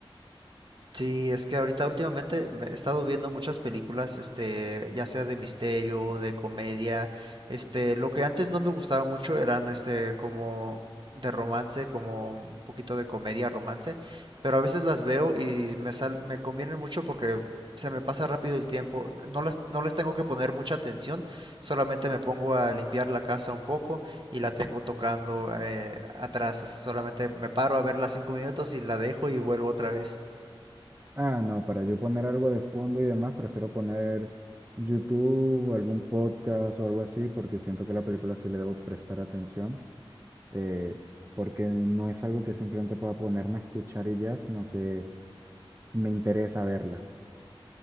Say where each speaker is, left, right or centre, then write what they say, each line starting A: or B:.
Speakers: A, on the right (about 55°); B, on the right (about 25°).
A: Sí, es que ahorita últimamente me he estado viendo muchas películas, este, ya sea de misterio, de comedia, este, lo que antes no me gustaba mucho eran, este, como de romance, como un poquito de comedia, romance, pero a veces las veo y me sal- me convienen mucho porque se me pasa rápido el tiempo, no las, no les tengo que poner mucha atención, solamente me pongo a limpiar la casa un poco y la tengo tocando eh, atrás, solamente me paro a verla cinco minutos y la dejo y vuelvo otra vez.
B: Ah, no, para yo poner algo de fondo y demás, prefiero poner YouTube, algún podcast o algo así, porque siento que la película sí le debo prestar atención. eh, porque no es algo que simplemente pueda ponerme a escuchar y ya, sino que me interesa verla.